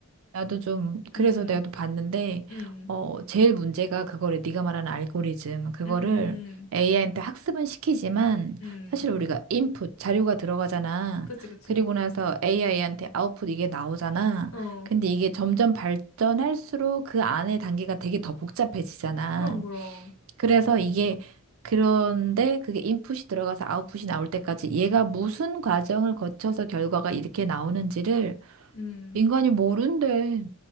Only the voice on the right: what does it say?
나도 좀 그래서
가도 봤는데
어 제일 문제가 그거를 네가 말하는 알고리즘 그거를
AI한테 학습은 시키지만
사실 우리가 인풋 자료가 들어가잖아.
그리고 나서 AI한테 아웃풋 이게 나오잖아.
근데 이게 점점 발전할수록 그 안에 단계가 되게 더 복잡해지잖아.
그래서 이게 그런데 그게 인풋이 들어가서 아웃풋이 나올 때까지 얘가 무슨 과정을 거쳐서 결과가 이렇게 나오는지를
인간이 모른대.